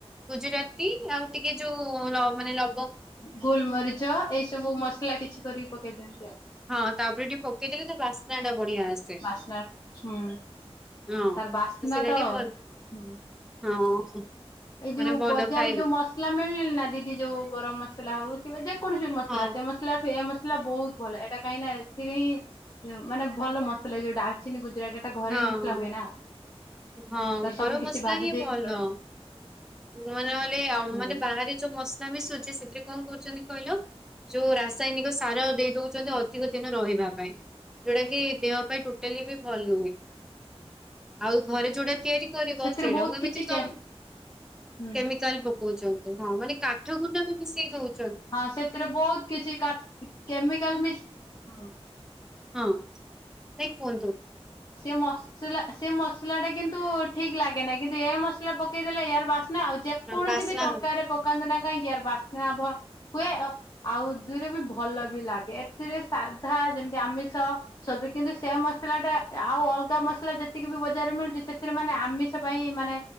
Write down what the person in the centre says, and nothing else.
ଗୁଜୁରାତି ଆଉ ଟିକେ ଯୋଉ ଲ ମାନେ ଲ
ହଁ ତାପରେ ଟିକେ ପକେଇଦେଲେ ତା ବାସ୍ନାଟା ବଢିଆ ଆସେ
ହଁ।
ସେଇଟା
ଟିକେ
ଭଲ <unintelligible>
ମାନେ ଭଲ
ଖାଇବୁ
ହଁ
ହଁ।
ହଁ
ଘର
ମସଲା
ହିଁ
ଭଲ।
ମାନେ ମାନେ ଆଉ
ମାନେ ବାହାରେ ଯୋଉ ମସଲା ମିଶୁଛି ସେଥିରେ କଣ କହୁଛନ୍ତି କହିଲ ଯୋଉ ରାସାୟନିକ ସାର ଦେଇଦଉଚନ୍ତି ଅଧିକ ଦିନ ରହିବା ପାଇଁ। ଯୋଉଟା କି ଦେହ ପାଇଁ ଟୋଟାଲି ବି ଭଲ ନୁହେଁ। ଆଉ ଘରେ ଯୋଉଟା ତିଆରି କରିବ
ସେଇଟାକୁ
ଏମିତିକ
କେମିକାଲ ପୋକ କହୁଛନ୍ତି ହଁ ମାନେ କାଠ ଗୁଣ୍ଡ ବି ମିଶେଇ ଦଉ
ହଁ। ନାଇ କୁହନ୍ତୁ।
ବାସ୍ନା